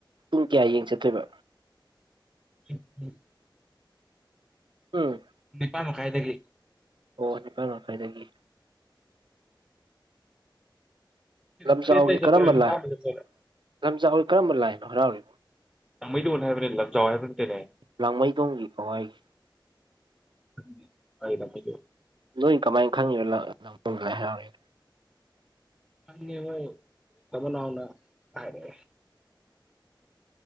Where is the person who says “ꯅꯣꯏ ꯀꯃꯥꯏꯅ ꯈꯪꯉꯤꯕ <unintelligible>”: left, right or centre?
Right